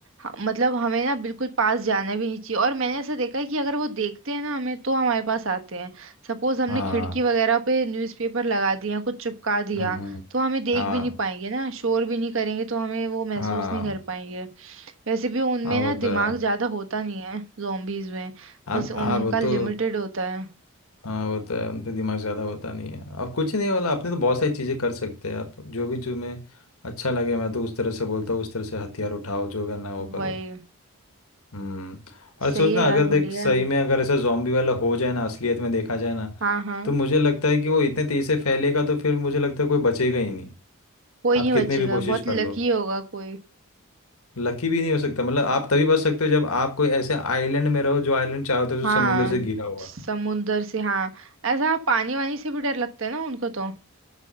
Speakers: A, on the right; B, on the left.
A: ह- मतलब हमें ना बिल्कुल पास जाना भी नहीं चाहिए और मैंने ऐसा देखा है कि अगर वो देखते हैं ना हमें तो हमारे पास आते हैं सपोज हमने
B: हाँ
A: खिड़की वगैरह पे न्यूज़पेपर लगा दिया कुछ चिपका दिया
B: हम्म हम्म,
A: तो हमें देख
B: हाँ
A: भी नहीं पाएंगे ना शोर भी नहीं करेंगे तो हमें वो महसूस
B: हाँ
A: नहीं कर पाएंगे वैसे भी उनमें
B: हाँ वो
A: ना
B: तो
A: दिमाग
B: है
A: ज्यादा होता नहीं है जोम्बीज में
B: अब
A: बस उनका
B: हाँ वो तो
A: लिमिटेड होता है
B: हाँ वो तो है उन पे दिमाग ज़्यादा होता नहीं है अब कुछ नहीं वाला आपने तो बहुत सारी चीज़ें कर सकते हैं आप जो भी जो मैं अच्छा लगे मैं तो उस तरह से बोलता हूँ उस तरह से हथियार उठाओ जो करना है वो
A: वही
B: करो हम्म और
A: सही
B: सोचना
A: है यार
B: अगर देख
A: बढ़िया
B: सही
A: है
B: में अगर ऐसा जॉम्बी वाला हो जाए ना असलियत में देखा जाए ना
A: हाँ हाँ
B: तो मुझे लगता है कि वो इतने तेज़ी से फैलेगा तो फिर मुझे लगता है कोई बचेगा ही नहीं
A: कोई
B: आप
A: नहीं बचेगा
B: कितने भी कोशिश
A: बहुत लकी
B: कर लो
A: होगा कोई
B: लकी भी नहीं हो सकता मतलब आप तभी बच सकते हो जब आप कोई ऐसे आइलैंड में रहो जो आइलैंड चारों तरफ से
A: हाँ
B: समुंदर से घिरा हुआ
A: समुंदर
B: है
A: से हाँ ऐसा पानी वानी से भी डर लगता है ना उनको तो